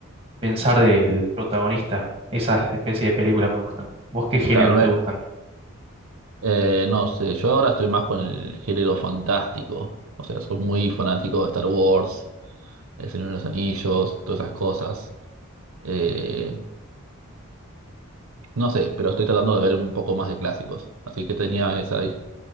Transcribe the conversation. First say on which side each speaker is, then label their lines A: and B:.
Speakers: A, on the right (about 25°); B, on the right (about 75°).
A: pensar del protagonista. Esas especies de películas me gustan. ¿Vos qué género
B: Claro, no
A: te
B: es.
A: gustan?
B: Eh, no sé, yo ahora estoy más con el género fantástico. O sea, soy muy fanático de Star Wars, El Señor de los Anillos, todas esas cosas. Eh, no sé, pero estoy tratando de ver un poco más de clásicos. Así que tenía esa ahí,